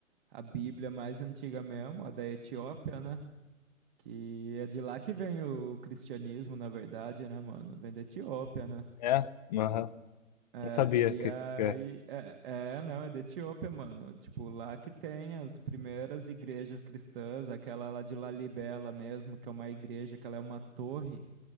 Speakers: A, on the right; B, on the left.
A: a Bíblia mais antiga mesmo, a da Etiópia, né? Que é de lá que vem o cristianismo, na verdade, né, mano? Vem da Etiópia, né?
B: É? Aham.
A: É,
B: Não sabia
A: e
B: que,
A: aí,
B: que é.
A: é, é, não, é da Etiópia, mano. Tipo, lá que tem as primeiras igrejas cristãs, aquela lá de Lalibela mesmo, que é uma igreja, que ela é uma torre,